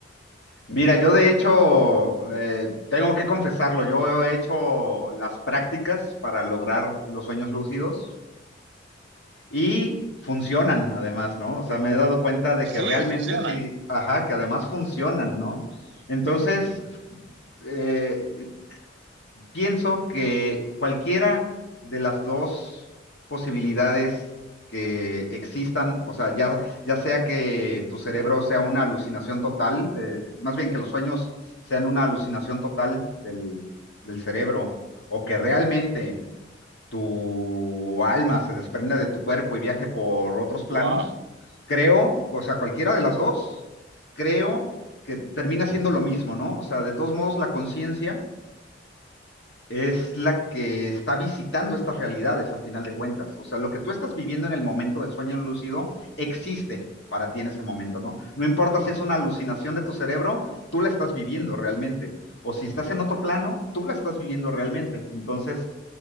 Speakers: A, on the left; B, on the right.
A: Mira, yo de hecho, eh, tengo que confesarlo, yo he hecho las prácticas para lograr los sueños lúcidos y funcionan además, ¿no? O sea, me he dado cuenta de
B: Sí,
A: que realmente
B: funcionan.
A: sí, ajá, que además funcionan, ¿no? Entonces, eh, Pienso que cualquiera de las dos posibilidades que existan, o sea, ya, ya sea que tu cerebro sea una alucinación total, eh, más bien que los sueños sean una alucinación total del, del cerebro, o que realmente tu alma se desprenda de tu cuerpo y viaje por otros planos,
B: Wow,
A: creo, o sea, cualquiera de las dos, creo que termina siendo lo mismo, ¿no? O sea, de todos modos, la conciencia es la que está visitando estas realidades a final de cuentas. O sea, lo que tú estás viviendo en el momento del sueño lúcido existe para ti en ese momento, ¿no? No importa si es una alucinación de tu cerebro, tú la estás viviendo realmente. O si estás en otro plano, tú la estás viviendo realmente. Entonces,